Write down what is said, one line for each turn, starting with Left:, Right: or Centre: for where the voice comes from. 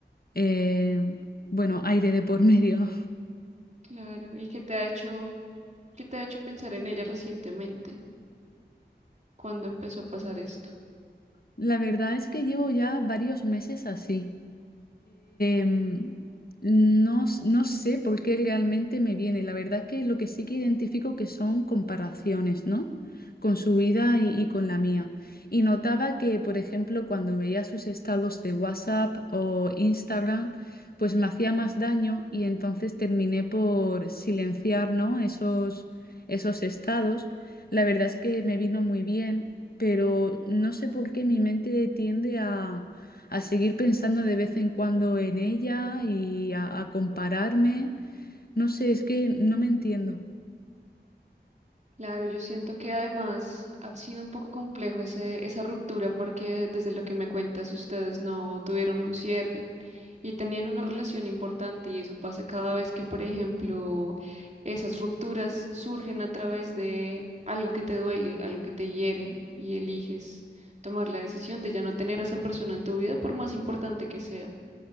Left: eh, bueno, aire de por <laughs> medio, ¿no?
Right: Claro, ¿y qué te ha hecho, qué te ha hecho pensar en ella recientemente? ¿Cuándo empezó a pasar esto?
Left: La verdad es que llevo ya varios meses así. Em, no, s- no sé por qué realmente me viene. La verdad que lo que sí que identifico que son comparaciones, ¿no? Con su vida y, y con la mía. Y notaba que, por ejemplo, cuando veía sus estados de WhatsApp o Instagram, pues me hacía más daño y entonces terminé por silenciar, ¿no? Esos, esos estados. La verdad es que me vino muy bien, pero no sé por qué mi mente tiende a seguir pensando de vez en cuando en ella y a, a compararme. No sé, es que no me entiendo.
Right: Claro, yo siento que además ha sido un poco complejo ese, esa ruptura porque desde lo que me cuentas ustedes no tuvieron un cierre y tenían una relación importante y eso pasa cada vez que, por ejemplo, esas rupturas surgen a través de algo que te duele, algo que te hiere y eliges tomar la decisión de ya no tener a esa persona en tu vida por más importante que sea.